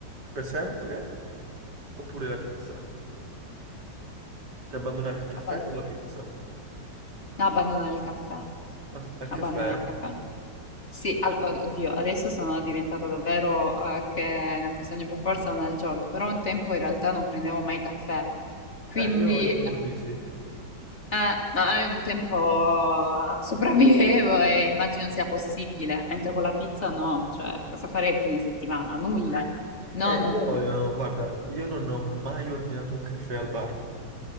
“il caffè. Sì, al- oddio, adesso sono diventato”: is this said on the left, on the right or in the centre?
Left